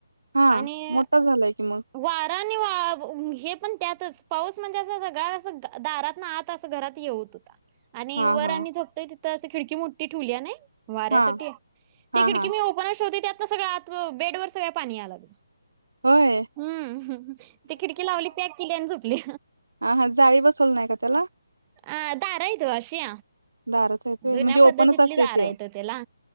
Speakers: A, on the right; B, on the right.
A: हा
B: आणि
A: मोठा झालाय की म
B: वारा आणि वा हे पण त्यातच पाऊस म्हणजे अस सगळ्या असं दारात ना आत असं घरात येऊत होता. आणि
A: हा
B: वर
A: हा
B: आम्ही झपतोय तिथं अस खिडकी मोठ्ठी ठेवलिया नाय वाऱ्यासाठी
A: हा हा
B: ती खिडकी
A: हा
B: मी उ वर शोधी त्यातनं सगळ आत बेड वर सगळं पाणी यायला लागल
A: होय
B: हम्म ते खिडकी लावली पॅक केली आणि झोपली.
A: ह हा जाळी बसवली नाय का त्याला
B: अ दारा हाईत ओ अशी
A: दारच हाईत व्हय
B: जुन्या
A: म्हणजे ओपनच
B: पद्धतीतली
A: असतय
B: दार
A: त्या
B: आहेत ओ त्याला